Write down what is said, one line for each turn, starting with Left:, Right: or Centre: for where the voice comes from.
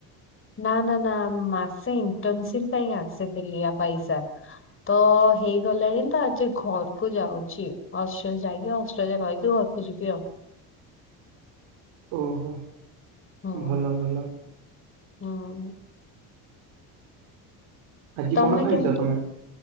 Left: ନା ନା ନା ଆସେ ଇଣ୍ଟନସିପ ପାଇଁ ଆସେ <unintelligible> ପାଇସା ତ ହେଇଗଲାଣି ତ ଆଜି ଘରକୁ ଯାଉଛି। ହଷ୍ଟେଲ ଯାଇକି ହଷ୍ଟେଲରେ ରହିକି ଘରକୁ ଯିବି ଆଉ।
Right: ଓହୋ
Left: ହୁଁ
Right: ଭଲ ଭଲ।
Left: ହୁଁ।
Right: ଆଜି
Left: ତମେ
Right: କଣ ଖାଇଛ
Left: କେମିତି
Right: ତମେ?